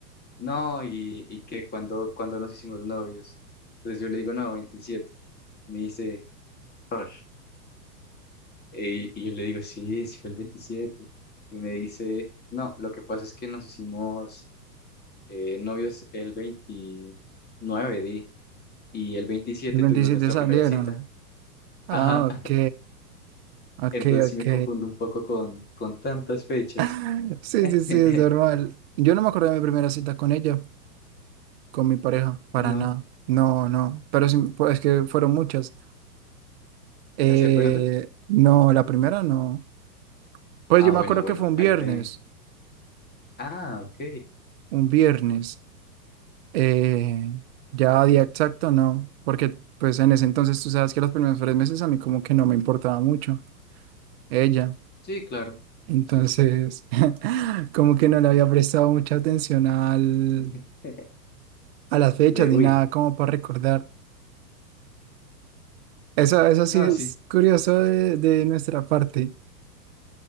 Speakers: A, on the left; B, on the right.
A: no, y, y que cuando, cuando nos hicimos novios. Entonces yo le digo, no, 27. Me dice, "Por". y, y yo le digo, sí, sí fue el 27. Y me dice, no, lo que pasa es que nos hicimos eh, novios el 29, di, y el 27
B: El 27
A: tuvimos nuestra
B: salieron.
A: primera cita.
B: Ah,
A: Ajá.
B: ok, ok,
A: Entonces sí
B: ok.
A: me confundo un poco con, con tantas fechas.
B: <laughs> Sí,
A: <laughs>
B: sí, sí, es normal. Yo no me acuerdo de mi primera cita con ella. con mi pareja, para
A: No,
B: nada. No, no, pero sí, pues es que fueron muchas. Eh,
A: ¿no se acuerda?
B: no, la primera no. Pues
A: Ah,
B: yo me
A: bueno,
B: acuerdo
A: bueno,
B: que fue un viernes,
A: ahí te... Ah, ok.
B: un viernes. Eh, ya día exacto no, porque pues en ese entonces tú sabes que los primeros tres meses a mí como que no me importaba mucho ella.
A: Sí, claro.
B: Entonces,
A: Sí, sí.
B: <laughs> como que no le había prestado mucha atención al,
A: <laughs>
B: a las fechas
A: De,
B: ni
A: uy,
B: nada como para recordar. Eso, eso sí
A: no,
B: es
A: sí.
B: curioso de de nuestra parte.